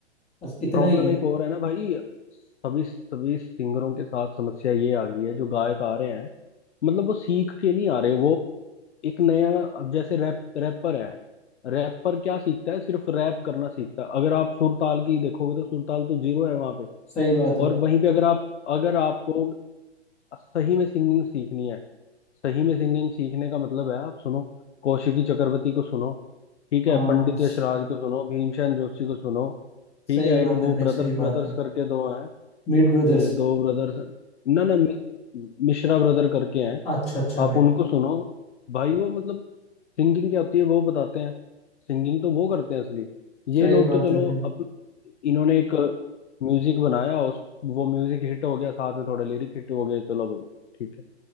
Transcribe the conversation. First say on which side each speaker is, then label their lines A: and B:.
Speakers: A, on the left; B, on the left.
A: बस इतना
B: प्रॉब्लम
A: ही है
B: एक और है ना भाई सभी सभी सिंगरों के साथ समस्या ये आ गई है जो गायक आ रहे हैं मतलब वो सीख के नहीं आ रहे वो एक नया अब जैसे रैप रैपर है रैपर क्या सीखता है सिर्फ रैप करना सीखता है अगर आप सुरताल की देखोगे तो सुरताल तो जीरो है वहां पे
A: सही बात है
B: और वहीं पे अगर आप अगर आपको सही में सिंगिंग सीखनी है सही में सिंगिंग सीखने का मतलब है आप सुनो कौशिकी चक्रवर्ती को सुनो ठीक
A: हाँ
B: है पंडित
A: स-
B: यशराज को सुनो भीमसेन जोशी को सुनो ठीक
A: सही
B: है
A: बात
B: एक वो
A: है भाई
B: ब्रदर्स
A: सही
B: ब्रदर्स
A: बात है
B: करके दो हैं
A: मीट ब्रदर्स
B: ए, दो ब्रदर्स ना ना मि- मिश्रा ब्रदर करके हैं
A: अच्छा अच्छा
B: आप
A: भाई
B: उनको सुनो भाई वो मतलब सिंगिंग क्या होती है वो बताते हैं सिंगिंग तो वो करते हैं असली ये
A: सही
B: लोग
A: बात
B: तो चलो
A: है भाई
B: अप इन्होंने एक म्यूजिक बनाया उस वो म्यूजिक हिट हो गया साथ में थोड़े लिरिक हिट हो गए चलो भाई ठीक है